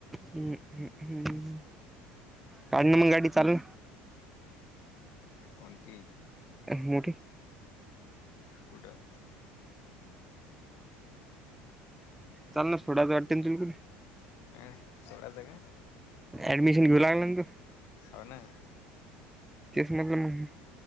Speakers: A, in the centre; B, on the left.
A: हम्मम्म हम् काढण मग गाडी चालल.
B: कोणती.
A: मोठी
B: कुठं.
A: चाल ना थोड्याच वाटेन तुलकून
B: मी सोडायचं काय.
A: ऍडमिशन घेऊ लागला ना तू.
B: हो ना.
A: तेसमधलं म.